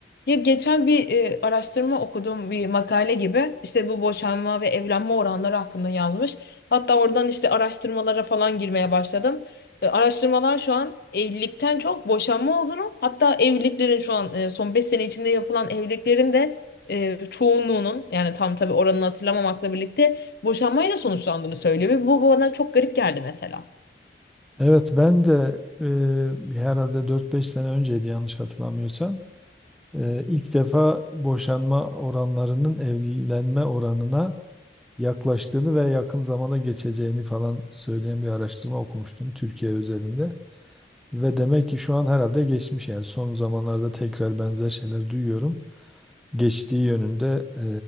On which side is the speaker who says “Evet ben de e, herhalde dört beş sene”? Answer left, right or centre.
Centre